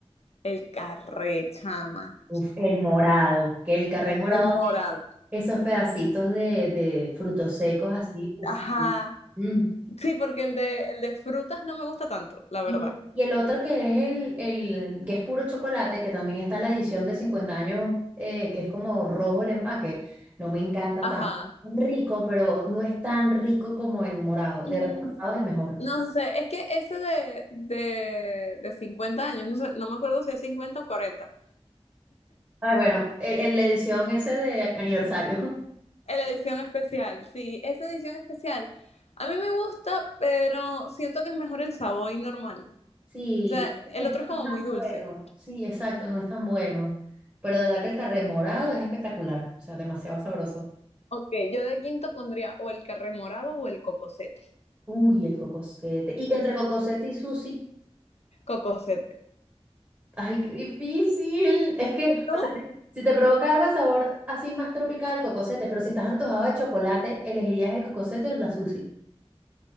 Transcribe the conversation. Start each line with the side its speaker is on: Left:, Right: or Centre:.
Left: El Carré, chama.
Right: uf, el morado, que el carré morado
Left: El morado.
Right: Esos pedacitos de, de frutos secos así. uf,
Left: Ajá.
Right: mm. mm.
Left: Sí, porque el de, el de frutas no me gusta tanto, la verdad.
Right: Y, y el otro que es el, el que es puro chocolate, que también está la edición de 50 años, eh, que es como rojo el empaque, no me encanta
Left: Ajá.
Right: tanto. Rico, pero no es tan rico como el morado.
Left: Mm,
Right: De verdad, el morado es el mejor.
Left: No sé, es que ese de, de, de 50 años, no sé, no me acuerdo si es 50 o 40.
Right: Ay, bueno, el, el- la edición ese de aniversario. <laughs>
Left: Eh, La edición especial, sí, esa edición especial. A mí me gusta, pero siento que es mejor el Savoy normal.
Right: Sí,
Left: O sea, el
Right: es
Left: otro
Right: que
Left: es como
Right: no es tan
Left: muy dulce.
Right: bueno. Sí, exacto, no es tan bueno. Pero de verdad que el carré morado es espectacular, o sea, demasiado sabroso.
Left: Ok, yo de quinto pondría o el carré morado o el cocosete.
Right: Uy, el cocosete. Y entre cocosete y sushi.
Left: Cocosete.
Right: Ay, qué difícil. Es que,
Left: ¿Y ¿Tú?
Right: o sea, si te provoca algo de sabor así más tropical, cocosete, pero si estás antojado de chocolate, ¿elegirías el cocosete o la sushi?